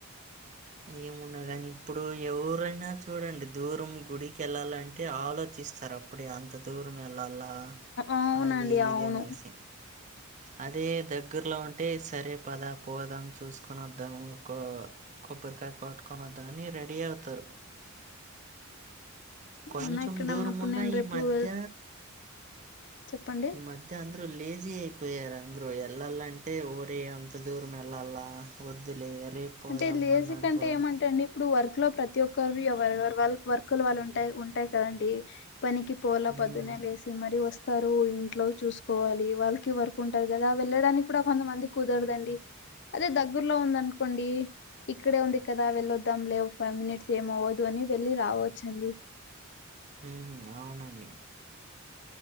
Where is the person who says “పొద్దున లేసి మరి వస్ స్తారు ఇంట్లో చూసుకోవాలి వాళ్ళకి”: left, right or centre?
Left